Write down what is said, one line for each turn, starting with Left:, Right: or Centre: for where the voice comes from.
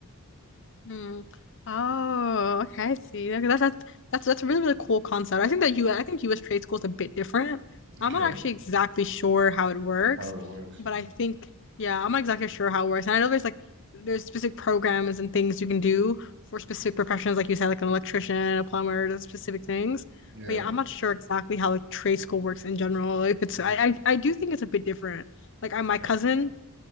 Left: Hmm. Oh,
Right: Mm,
Left: okay, I see. Okay, that, that's that's that's a really really cool concept. I think that you I think U.S. trade school is a bit different.
Right: Okay,
Left: I'm not actually exactly sure how it works,
Right: how it works.
Left: but
Right: Mm,
Left: I think yeah, I'm not exactly sure how it works. And I know there's like there's specific programs and things you can do for specific professions, like you said, like an electrician, a plumber, those specific things.
Right: Yeah.
Left: But yeah, I'm not sure exactly how like trade school works in general. Like it's
Right: Mm,
Left: I I, I do think it's a bit different. Like I,
Right: Okay.
Left: my cousin